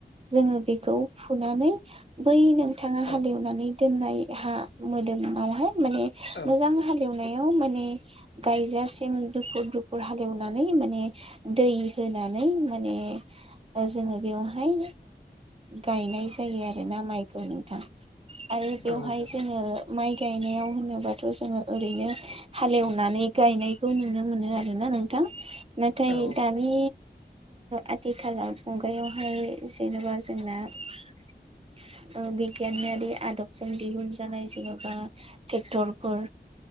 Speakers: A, on the right; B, on the left.
A: जोङोखौ फुनानै बै न बिथाङा हालेवनानै
B: औ
A: दोननाय हा मोदोमावहाय माने
B: औ
A: मोजां हालेवनायाव माने गायजासिम दुफुर दुफुर हालेवनानै माने दै होनानै माने जोङो बेवहाय गायनाय जायो आरोना माइखौ नोंथां। आरो बेवहाय
B: औ नोंथां
A: जोङो माइ गायनायाव होनोबाथ' जोङो ओरैनो हालेव नानै गायनायखौ नुनो मोनो आरोना नोंथां नाथाय
B: औ
A: दानि आथिखालाव मुगायावहाय जेनेबा जोंना बि बिगियानारि आदबजों दिहुन जानाय जेन'बा ट्रेक्टरफोर